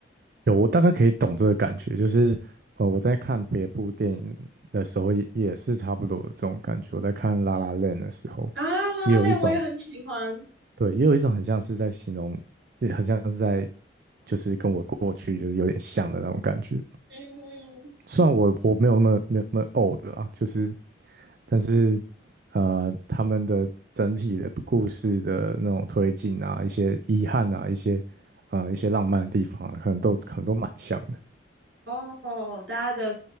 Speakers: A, on the right; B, on the right.
A: 有，我大概可以懂这个感觉，就是呃，我在看别部电影的时候也，也是差不多的这种感觉。我在看《La l 的时候，
B: 啊，拉拉链我也很喜欢。
A: 也有一种对，也有一种很像是在形容，也很像是在就是跟我过去就是有点像的那种感觉。
B: 嗯，
A: 虽然我我没有那么没有那么 old 啊，就是但是呃，他们的整体的故事的那种推进啊，一些遗憾啊，一些呃一些浪漫的地方啊，可能都可能都蛮像的。
B: 哦，大家的